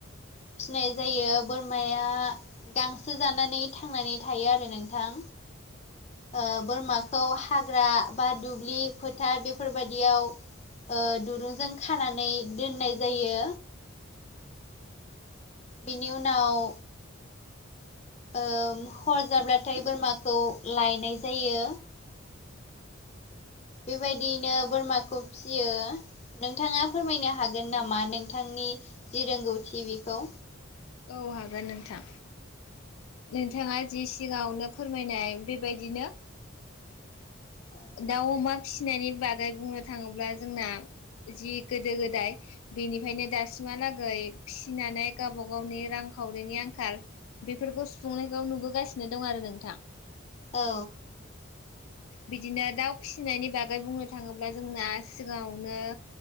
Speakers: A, on the left (about 30°); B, on the left (about 85°).
A: फिनाय जायो बोरमाया गांसो जानानै थांनानै थायो आरो नोंथां।
B: <inaudible>
A: ओ बोरमाखौ हाग्रा बा दुब्लि फोथार बेफोरबायदियाव ओ दुरुंजों खानानै दोननाय जायो। बेनि उनाव ओ हर जाब्लाथाय बोरमाखौ लायनाय जायो। बेबायदियैनो बोरमाखौ फियो नोंथाङा फोरमायनो हागोन नामा नोंथां नि जि रोंगौथि बेखौ
B: औ हागोन नोंथां नोंथाङा जि सिगाङावनो फोरमायनाय बेबायदिनो
A: औ
B: दाउ अमा फिसिनायनि बागै बुंनो थाङोब्ला जोंना जि गोदो गोदाय बेनिफ्रायनो दासिमहालागै फिसिनानै गावबा गावनि रां खावरिनि आंखाल बेफोरखौ सुफुंनायखौ नुबोगासिनो दं आरो नोंथां
A: औ
B: बिदिनो दाउ फिसिनायनि बागै बुंनो थाङोब्ला जोंना सिगाङावनो